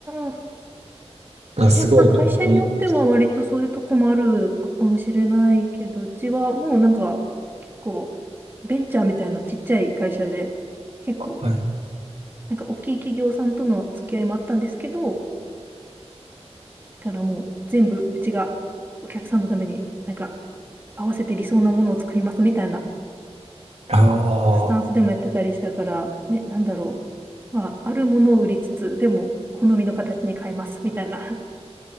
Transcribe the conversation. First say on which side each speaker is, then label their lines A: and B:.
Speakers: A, on the right; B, on the right.
A: あ、
B: いや、すごい勉強になりまし
A: ね、まあ会社によっては割とそういうとこもあるかもしれないけど、うちはもうなんか結構ベンチャーみたいなちっちゃい会社で、結構
B: た。はい。
A: なんか大きい企業さんとの付き合いもあったんですけど、だからもう全部うちがお客さんのためになんか合わせて理想なものを作りますみたいな
B: ああ、
A: スタンスでもやってたりしたから、ね、なんだろう。まあ、あるものを売りつつ、でも、好みの形に変えます、みたいな。